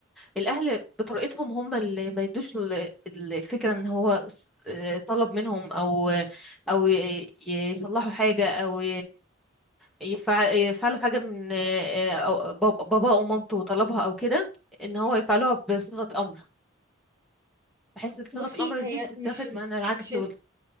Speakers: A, in the centre; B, on the right.
A: الاهل بطريقتهم هم اللي ما يدوش ال- ال- الفكره ان هو س- آه، طلب منهم او آه، او ي- يصلحوا حاجه او يفع- يفعلوا حاجة من آه، آه، أو- بابا بابا أو مامته طلبها أو كده إن هو يفعلوها بصيغة أمر بحيث إن صيغة
B: بصي
A: الأمر
B: هي
A: دي بتتاخد
B: مش ال...
A: معنى العكس
B: مش ال...
A: وال...